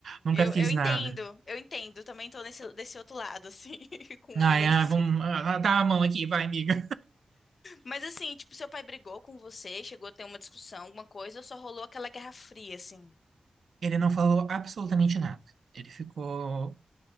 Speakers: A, on the right; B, on the left.
A: nunca
B: Eu,
A: fiz
B: eu entendo,
A: nada.
B: eu entendo. Também tô nesse, desse outro lado, assim, <laughs> com
A: Ai,
B: homens.
A: ah, vamos, ah, dá a mão aqui, vai, amiga.
B: Mas assim, tipo, seu pai brigou com você, chegou a ter uma discussão, alguma coisa, ou só rolou aquela guerra fria, assim?
A: Ele não falou absolutamente nada. Ele ficou